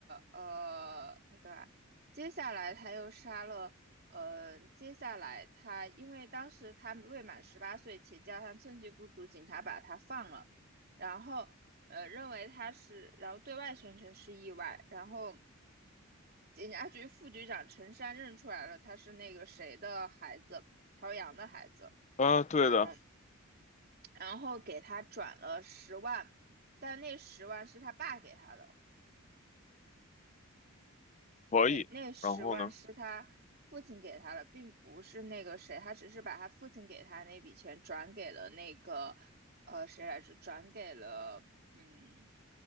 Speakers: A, on the right (about 45°); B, on the left (about 30°).
A: 呃，他干嘛？接下来他又杀了，呃，接下来他因为当时他未满十八岁，且加上证据不足，警察把他放了，然后呃认为他是，然后对外宣称是意外，然后警察局副局长陈山认出来了，他是那个谁的孩子，陶阳的孩子，
B: 啊，对的，
A: 然后然后给他转了十万，但那十万是他爸给他的。
B: 可以。
A: 对，那十万是他父亲给他的，
B: 然后呢？
A: 并不是那个谁，他只是把他父亲给他那笔钱转给了那个，呃，谁来着？转给了，嗯，